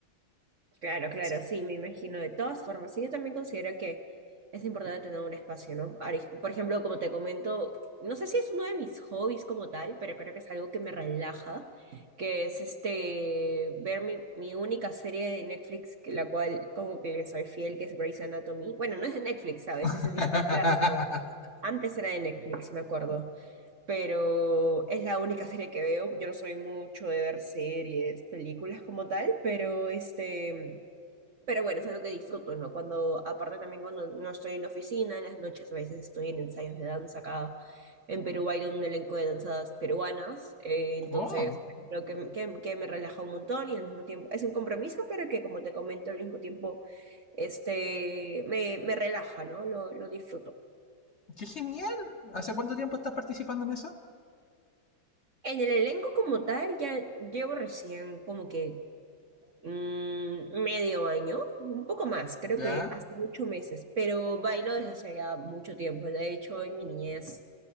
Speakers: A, on the right; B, on the left.
A: Claro, claro,
B: Sí.
A: sí, me imagino de todas formas. Sí, yo también considero que es importante tener un espacio, ¿no? Ari- Por ejemplo, como te comento, no sé si es uno de mis hobbies como tal, pero creo que es algo que me relaja, que es este, ver mi, mi única serie de Netflix, que- la cual como que le soy fiel, que es Grey's Anatomy. Bueno, no es de Netflix, ¿sabes?
B: <laughs>
A: Es de Disney Plus ahora. Antes era de Netflix, me acuerdo, pero es la única serie que veo. Yo no soy mucho de ver series, películas como tal, pero este... Pero bueno, es algo que disfruto, ¿no? Cuando, aparte también cuando no estoy en la oficina, en las noches a veces estoy en ensayos de danza acá. En Perú bailo en un elenco de danzas peruanas, eh, entonces
B: Oh.
A: bueno, creo que, que, que me relaja un montón y al mismo tiempo es un compromiso, pero que como te comento, al mismo tiempo este, me, me relaja, ¿no? Lo, lo disfruto.
B: ¡Qué genial! ¿Hace cuánto tiempo estás participando en eso?
A: En el elenco como tal, ya llevo recién como que mm, medio año, un poco más, creo
B: Ya,
A: que hasta ocho meses, pero bailo desde hace ya mucho tiempo. De hecho, en mi niñez,